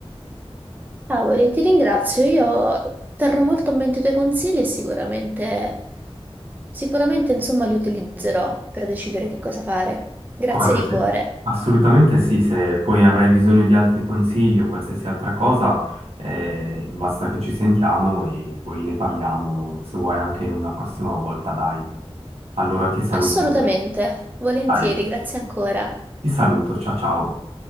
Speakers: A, on the right; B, on the right.
A: Cavoli, ti ringrazio. Io terrò molto a mente i tuoi consigli e sicuramente, sicuramente, insomma, li utilizzerò per decidere che cosa fare. Grazie
B: Guarda,
A: di
B: sì.
A: cuore.
B: Assolutamente sì, se poi avrai bisogno di altri consigli o qualsiasi altra cosa, eh, basta che ci sentiamo e poi ne parliamo, se vuoi anche una prossima volta, dai. Allora ti saluto,
A: Assolutamente, volentieri,
B: dai,
A: grazie ancora.
B: ti saluto, ciao ciao.